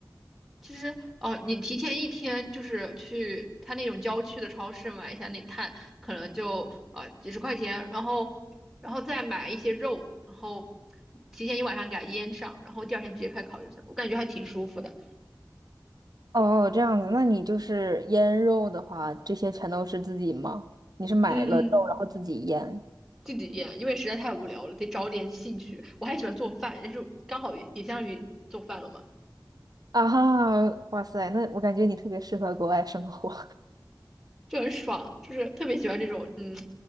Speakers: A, in the centre; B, on the right (about 55°).
A: 其实，哦，你提前一天就是去他那种郊区的超市买一下那碳，可能就啊几十块钱，然后，然后再买一些肉，然后提前一晚上给它腌上，然后第二天直接开烤就行。我感觉还挺舒服的。
B: 哦，这样子，那你就是腌肉的话，这些全都是自己吗？你是买了肉然后自己腌？
A: 嗯，自己腌，因为实在太无聊了，得找点兴趣。我还喜欢做饭，但是刚好也也相当于做饭了嘛。
B: 啊哈，哇塞，那我感觉你特别适合国外生活。
A: 就很爽，就是特别喜欢这种，嗯，